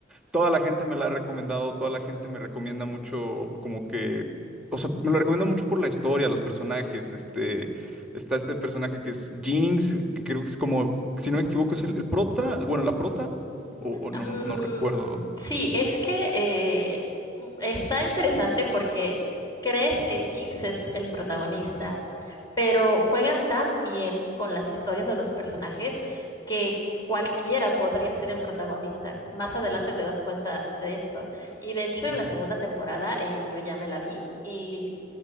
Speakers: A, in the centre; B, on the left (about 20°).
A: Toda la gente me la ha recomendado, toda la gente me recomienda mucho, como que, o sea, me lo recomienda mucho por la historia, los personajes, este, está este personaje que es Jinx, que creo que es como, si no me equivoco, es el, el prota, bueno, la prota, o, o
B: Mm,
A: no, no recuerdo.
B: sí, es que eh, m- está interesante porque crees que Jinx es el protagonista, pero juegan tan bien con las historias de los personajes que cualquiera podría ser el protagonista. Más adelante te das cuenta de esto. Y de hecho, en
A: Ujú,
B: la segunda temporada eh, yo ya me la vi y